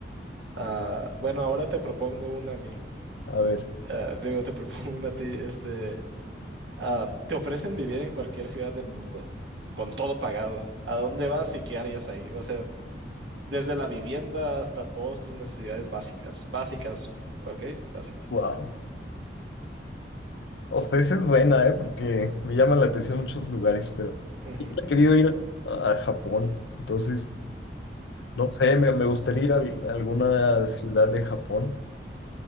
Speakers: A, on the right (about 80°); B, on the left (about 75°).
A: Ah, bueno, ahora te propongo una a mí.
B: A ver,
A: Ah, digo, te <laughs> propongo una a ti. Este, ah, te ofrecen vivir en cualquier ciudad del mundo, con todo pagado. ¿A dónde vas y qué harías ahí? O sea, desde la vivienda hasta todas tus necesidades básicas. Básicas, ¿ok? Básicas.
B: wow. O sea, esa es buena, ¿eh? Porque me llaman la atención muchos lugares, pero
A: Ujú,
B: he querido ir a Japón. Entonces, no sé, me, me gustaría ir a, al- alguna ciudad de Japón.